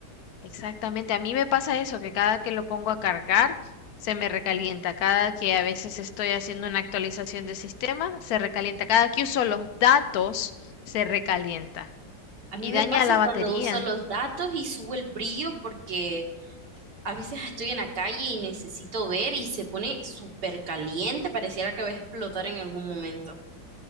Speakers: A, on the left; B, on the right.
A: Exactamente, a mí me pasa eso, que cada que lo pongo a cargar se me recalienta, cada que a veces estoy haciendo una actualización de sistema se recalienta, cada que uso los datos se recalienta
B: A
A: y
B: mí
A: daña
B: me pasa
A: la
B: cuando
A: batería,
B: uso los datos y subo el brillo porque a veces estoy en la calle y necesito ver y se pone súper caliente, pareciera que va a explotar en algún momento.